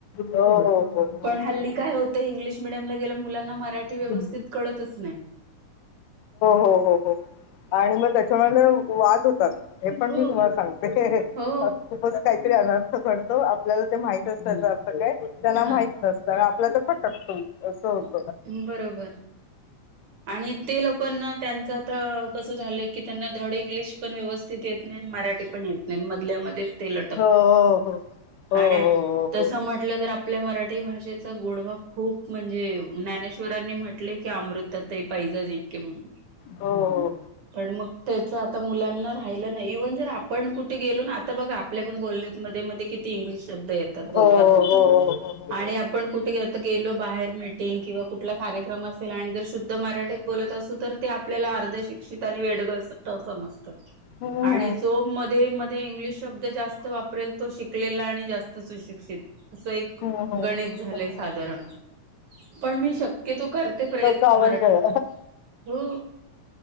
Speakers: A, on the left; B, on the right.
A: हो हो हो हो
B: पण हल्ली
A: हो.
B: काय होतं, इंग्लिश मीडियम गेल, मुलाना मराठी व्यवस्थित.
A: हो
B: कळतच नाही.
A: हो हो हो आणि मग त्याच्यामध्ये. वाद होतात हे पण
B: हो
A: मी तुम्हाला सांगते
B: हो
A: खूपच काही अनर्थतो आपल्याला ते माहित त्याचा अर्थ काय त्यांला
B: हा
A: माहित नसत. तर फटकतो असत <unintelligible>
B: बरोबर आणि ते लोकांना.. त्यांच आता कसं झालंय, की त्यांना धड इंग्लिश पण व्यवस्थित येत नाही, मराठी पण येत नाही. मधल्यामध्येच ते लटकत,
A: हो हो हो
B: आणि तस म्हटलं तर आप आपल्या मराठी भाषेचा गोडवा खूप म्हणजे, ज्ञानेश्वरांनी म्हटले की अमृत. तर ते पाहिज जिंके म्हणून,
A: हो हो
B: पण मग त्याच आता मुलांना. पाहि नाही इव्हन जर आपण कुठे गेलो ना, आता बघ आपल्या पण बोलण्या म मध्ये किती इंग्लिश शब्द येतात ब बोलता
A: हो
B: बोलता
A: हो हो हो हो हो हो हो
B: आणि आपण कुठे आता गेलो. बाहेर मीटिंग किंवा कुठला कार्यक्रम असेल आणि जरध. मराठीत बोलत असू, तर ते आपल्याला अर्ध शिक्षित, आणि वेडग. समजतात
A: हम्म
B: आणि जो मध्ये मध्ये इंग्लिश शब्द जास्त. तो वापरेल तो शिकलेला, आणि जास्त सुशिक्षित. असं एक
A: हम्म हम्म हम्म हम्म हम्म
B: गणित झालंय, साधारण
A: हम्म
B: पण मी शक्य तो करते प्रयत्न.
A: आवंडळ
B: मराठी हो